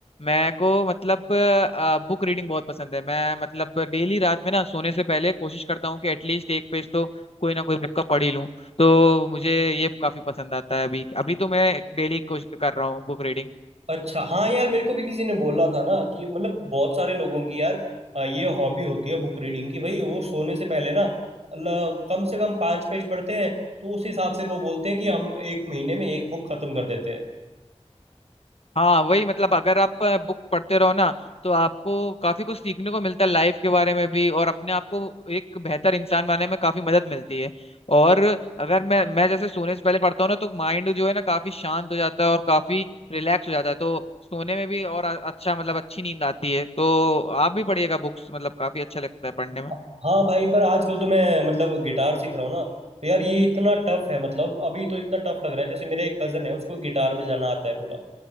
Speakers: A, on the left (about 60°); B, on the right (about 70°).
A: मैं को मतलब आ, बुक रीडिंग बहुत पसंद है मैं मतलब डेली रात में ना सोने से पहले कोशिश करता हूँ कि एटलीस्ट एक पेज तो कोई ना कोई बुक का पढ़ ही लूँ तो मुझे ये काफी पसंद आता है अभी अभी तो मैं डेली कोशिश कर रहा हूँ बुक रीडिंग
B: अच्छा हाँ यार मेरे को भी किसी ने बोला था ना कि मतलब बहुत सारे लोगों की यार अ, ये हॉबी होती है बुक रीडिंग की भाई वो सोने से पहले ना ल- कम से कम पांच पेज पढ़ते हैं तो उस हिसाब से वो बोलते हैं कि हम एक महीने में एक बुक खत्म कर देते हैं
A: हाँ वही मतलब अगर आप बुक पढ़ते रहो ना तो आपको काफी कुछ सीखने को मिलता है लाइफ के बारे में भी और अपने आप को एक बेहतर इंसान बनने में काफी मदद मिलती है और अगर मैं मैं जैसे सोने से पहले पढ़ता हूँ ना तो माइंड जो है ना काफी शांत हो जाता है और काफी रिलैक्स हो जाता है तो सोने में भी और अ- अच्छा मतलब अच्छी नींद आती है तो आप भी पढ़िएगा बुक्स मतलब काफी अच्छा लगता है पढ़ने में
B: हाँ भाई पर आजकल तो मैं मतलब गिटार सीख रहा हूँ ना तो यार ये इतना टफ है मतलब अभी तो इतना टफ लग रहा है जैसे मेरे एक कजन है उसको गिटार बजाना आता है पूरा